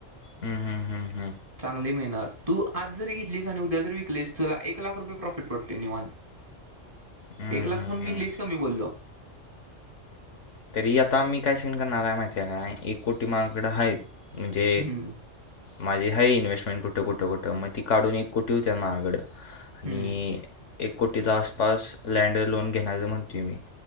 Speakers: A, on the left (about 70°); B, on the right (about 25°).
A: हम्म हम् हम हम्
B: चांगले मिळणार तू आज जरी घेतलीस आणि उद्या जर विकलीस तुला एक लाख रुपये प्रॉफिट पडतोय निवांत.
A: हम्म,
B: एक लाख
A: हम्म,
B: पण मी
A: हम्म.
B: लयच कमी बोललो.
A: तरी आता मी काय सीन करणार हाय माहिते काय एक कोटी मायाकडं आहेत म्हणजे
B: हम्म
A: माझी हाय इन्स्टमेंट कुठं कुठं कुठं मग ती काढून एक कोटी हुत्यात मायाकडं. आणि
B: हम्म
A: एक कोटीचा आसपास लँड लोन घेण्याचं म्हणतोय मी